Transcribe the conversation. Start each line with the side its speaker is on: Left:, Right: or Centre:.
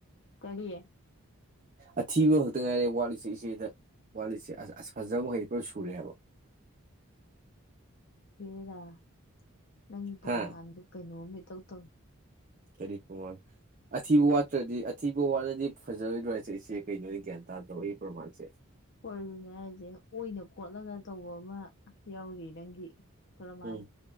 Left: ꯀꯔꯤ
Right: ꯑꯊꯤꯕ ꯈꯛꯇ ꯉꯥꯏꯔꯦ ꯋꯥꯠꯂꯤꯁꯦ ꯏꯆꯦꯗ ꯋꯥꯠꯂꯤꯁꯦ ꯑꯥ ꯑꯥ ꯐꯖꯕ ꯃꯈꯩꯗꯤ ꯄꯨꯔꯞ ꯁꯨꯔꯦ ꯍꯥꯏꯕ
Left: ꯍꯦꯔꯥ ꯅꯪ ꯄ꯭ꯔꯃꯥꯟꯗꯨ
Right: ꯍꯥ
Left: ꯀꯩꯅꯣꯝꯅꯤ ꯇꯧ ꯇꯧ
Right: ꯀꯔꯤ ꯄ꯭ꯔꯃꯥꯟ ꯑꯊꯤꯕ ꯋꯥꯠꯇ꯭ꯔꯗꯤ ꯑꯊꯤꯕ ꯋꯥꯠꯂꯗꯤ ꯐꯖꯔꯣꯏꯗ꯭ꯔꯣ ꯍꯥꯏꯁꯦ ꯏꯆꯦ ꯀꯩꯅꯣꯗ ꯒ꯭ꯌꯥꯟ ꯇꯥꯗꯕꯩ ꯄ꯭ꯔꯃꯥꯟꯁꯦ
Left: ꯍꯣꯏꯅꯦ ꯍꯥꯏꯁꯦ ꯑꯣꯏꯅ ꯈꯣꯠꯂꯒ ꯇꯧꯕ ꯑꯃ ꯌꯥꯎꯔꯤ ꯅꯪꯒꯤ ꯄ꯭ꯔꯃꯥꯟ
Right: ꯎꯝ